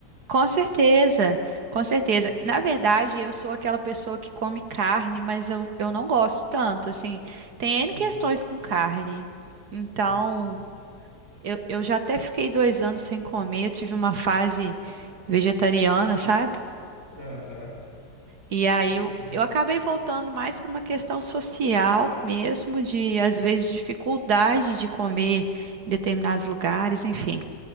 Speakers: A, on the right (about 60°); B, on the right (about 45°).
A: Com certeza, com certeza.
B: uhum,
A: Na verdade, eu sou aquela pessoa que come carne, mas eu, eu não gosto tanto, assim. Tem N
B: uhum.
A: questões com carne. Então,
B: Olha só.
A: eu, eu já até fiquei dois anos sem comer, eu tive uma fase vegetariana, sabe?
B: Aham.
A: E
B: Ah,
A: aí
B: entendi.
A: eu, eu acabei voltando mais para uma questão social mesmo, de às vezes dificuldade de comer em determinados lugares, enfim.